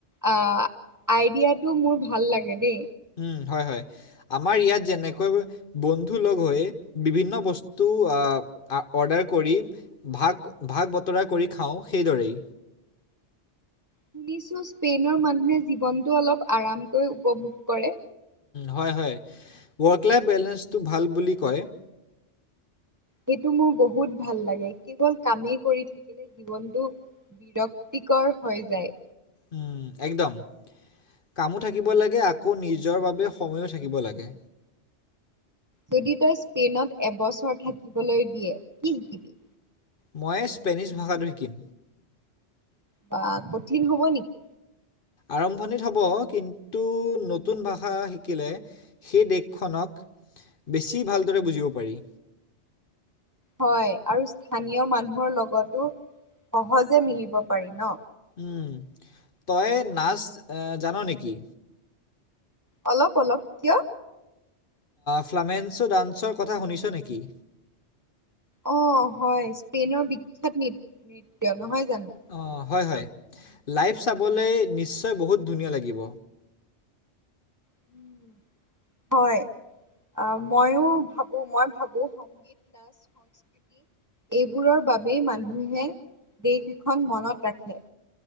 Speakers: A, on the right; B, on the left.
A: আ আইডিয়াটো মোৰ ভাল লাগে দেই।
B: উম, হয় হয় আমাৰ ইয়াত যেনেকৈ বন্ধু লগ হৈ বিভিন্ন বস্তু আ অৰ্ডাৰ কৰি ভাগ ভাগ বতৰা কৰি খাওঁ সেইদৰেই।
A: শুনিছো স্পেইনৰ মানুহে জীৱনটো অলপ আৰামকৈ উপভোগ কৰে।
B: হয়, হয়, ৱৰ্ক লাইফ বেলেঞ্চটো ভাল বুলি কয়।
A: সেইটো মোৰ বহুত ভাল লাগে কেৱল কামেই কৰি থাকিলে জীৱনটো বিৰক্তিকৰ হৈ যায়।
B: উম, একদম কামো থাকিব লাগে আকৌ নিজৰ বাবে সময়ো থাকিব লাগে।
A: যদি তই স্পেইনত এবছৰ থাকিবলৈ দিয়ে কি শিকিবি?
B: মই স্পেনিছ ভাষাটো শিকিম।
A: বা কঠিন হ'ব নেকি?
B: আৰম্ভণিত হ'ব কিন্তু নতুন ভাষা শিকিলে সেই দেশখনক বেছি ভালদৰে বুজিব পাৰি।
A: হয় আৰু স্থানীয় মানুহৰ লগতো সহজে মিলিব পাৰি ন।
B: উম। তই নাচ জান নেকি?
A: অলপ অলপ কিয়?
B: ফ্লামেন্সো ডান্সৰ কথা শুনিছ নেকি?
A: অ' হয় স্পেইনৰ বিখ্যাত নৃত্য নহয় জানো?
B: অ' হয়, হয় লাইভ চাবলৈ নিশ্চয় বহুত ধুনীয়া লাগিব।
A: <inaudible> হয় অ' ময়ো ভাবো, মই ভাবো সংগীত নাচ সংস্কৃতি এইবোৰৰ বাবেই মানুহে দেশ এখন মনত ৰাখে।